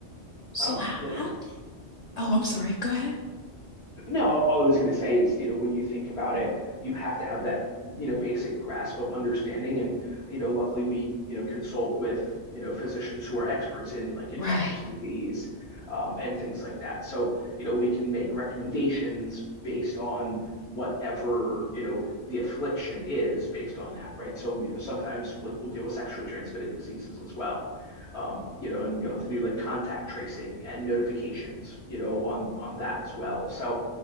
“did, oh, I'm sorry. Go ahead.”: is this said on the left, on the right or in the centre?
Left